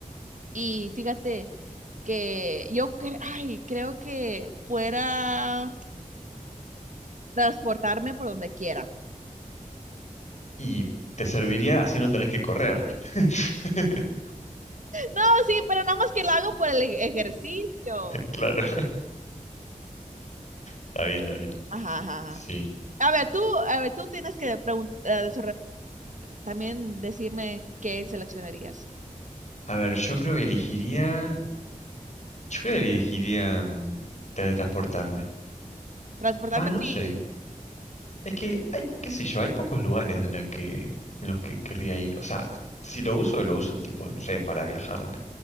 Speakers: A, on the right; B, on the left.
A: Y fíjate que yo cre- ay, creo que fuera transportarme por donde quiera.
B: Y te serviría así no tenés que correr. <laughs>
A: No, sí, pero nada más que lo hago por el ej- ejercicio.
B: Claro. Está bien, está bien.
A: Ajá, ajá,
B: Sí.
A: ajá. A ver, tú, a ver, tú tienes que preguntar, también decirme qué seleccionarías.
B: A ver, yo creo que elegiría. Yo creo que elegiría mm, teletransportarme.
A: Transportarme,
B: Va, no
A: sí.
B: sé. Es que hay, qué sé yo, hay pocos lugares en, la que, en los que querría ir. O sea, si lo uso, lo uso tipo, no sé, para viajar.